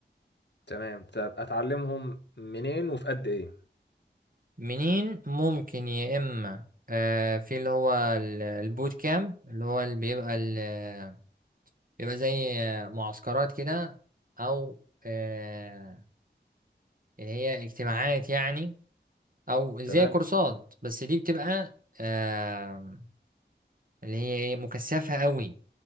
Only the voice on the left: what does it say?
تمام طب اتعلمهم منين وفي قد ايه
تمام